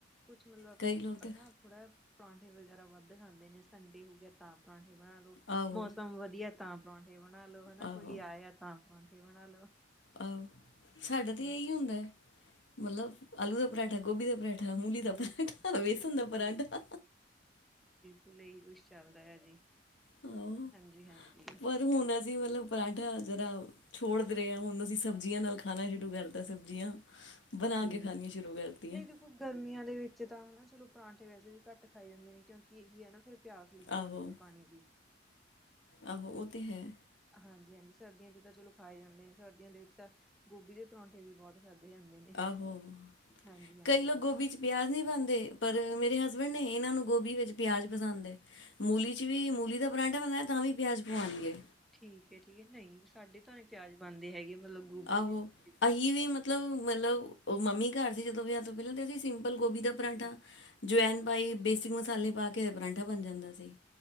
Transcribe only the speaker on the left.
ਕਈ ਲੋਕ ਤਾਂ
ਆਹੋ
ਆਹੋ
ਆਹੋ ਸਾਡਾ
ਤੇ ਇਹੀ ਹੁੰਦਾ ਐ। ਮਤਲਬ ਆਲੂ ਤੇ ਬਰੈਡ ਗੋਭੀ ਦੇ ਬਰੈਡ ਮੂਲੀ ਦਾ ਪਰਾਂਠਾ,
ਵੇਸਣ
ਦਾ ਪਰਾਂਠਾ।
ਆਹੋ
ਪਰ ਹੁਣ ਅਸੀਂ ਮਤਲਬ ਪਰਾਂਠਾ ਜਰਾ ਛੋੜਦੇ ਰਹੇ ਹਾਂ, ਹੁਣ ਅਸੀਂ ਸਬਜ਼ੀਆਂ ਨਾਲ ਖਾਣਾ ਸ਼ੁਰੂ ਕਰਤਾ ਸਬਜ਼ੀਆਂ ਬਣਾ
ਕੇ ਖਾਣੀਆਂ ਸ਼ੁਰੂ ਕਰਤੀਆਂ
ਆਹੋ
ਆਹੋ ਉਹ ਤੇ ਹੈ
ਆਹੋ
ਕਈ ਲੋਕ ਗੋਭੀ ਚ ਪਿਆਜ ਨੀ ਪਾਂਦੇ। ਦੇ ਪਰ ਮੇਰੇ ਹਸਬੈਂਡ ਨੇ ਇਹਨਾਂ ਨੂੰ ਗੋਭੀ ਵਿੱਚ ਪਿਆਜ ਪਸੰਦ ਏ। ਮੂਲੀ ਚ ਵੀ ਮੂਲੀ ਦਾ ਪਰਾਂਡਾ ਬਣਾਇ ਤਾਂ ਵੀ ਪਿਆਜ ਪਵਾਣਗੇ।
ਆਹੋ,
ਅਸੀਂ
ਵੀ ਮਤਲਬ-ਮਤਲਬ ਉਹ ਮੰਮੀ ਘਰ <unintelligible> ਪਹਿਲਾਂ <unintelligible> ਗੋਭੀ ਦਾ ਪਰਾਂਠਾ
ਜਵੈਨ ਪਾਈ। ਬੇਸਿਕ ਮਸਾਲੇ ਪਾ ਕੇ ਪਰਾਂਠਾ ਬਣ ਜਾਂਦਾ ਸੀ,